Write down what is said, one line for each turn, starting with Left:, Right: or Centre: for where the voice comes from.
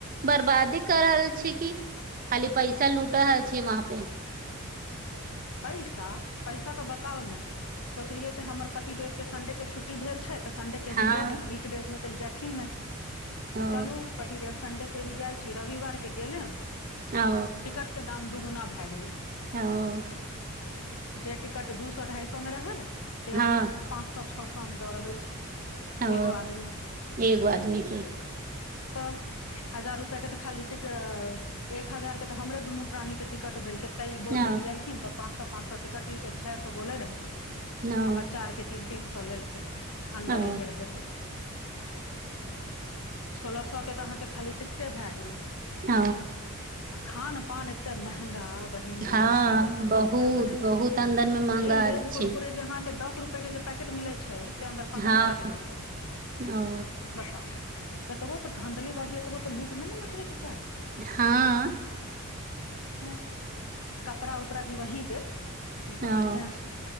Right: बर्बादी कर रहल छै की खाली पैसा लूट
Left: ओ
Right: छै वहाँ पे
Left: पैसा पैसा तऽ बताउ ने सोचलियै जे हमर पतिदेवके संडे के छुट्टी भेल छै तऽ संडे कहीजै
Right: हँ
Left: वीकडेज मे तै जथििन ने तऽ
Right: ओ
Left: चलू पतिदेव संडे के ही जाइ छी रविवार के गेलेम
Right: ओ
Left: टिकट के दाम दूगुना भा गेले
Right: ओ
Left: जे टिकट दू सए ढ़ाई सए मे रहै से
Right: हँ
Left: वहाँ पाँच सए छओ सए काम दऽ रहल छै
Right: ओ
Left: एगो आदमी के
Right: एगो आदमीेके
Left: तऽ हजार रुपआ के तऽ खाली ट एक हजार के तऽ हमरे दुनू प्राणी के टिकट भेल के तऽ ई बोल
Right: न
Left: <inaudible> पाँच सए पाँच सए टिकट लिके छ सए बोे रहे
Right: न
Left: आ बच्चा आरके तीन तीन सललके अंडर
Right: ओ
Left: एज रहै तऽ सोलह सए के तऽ अहाँके खाली टिकटे भए गेल
Right: ओ
Left: आ खान पान एते महगा बहिन जी
Right: हँ
Left: की बताउ
Right: बहुत
Left: ओते महंगा
Right: बहुत अन्दर मे महंगा
Left: जे लेज
Right: छी
Left: कुरकुरे जे अहाँके दस रुपआ के जे पैकेट मिलै छै से अन्दर पन्द्रह
Right: हँ
Left: रुपआ के दऽ रहल छै
Right: ओ
Left: बताउ एतबो तो धाँधलीबाजी एतबो तो लूट नहि ने मचबे के चाही
Right: हँ
Left: हैं कपड़ा कपड़ा भी वही देत ई त
Right: ओ
Left: बढिंआ छै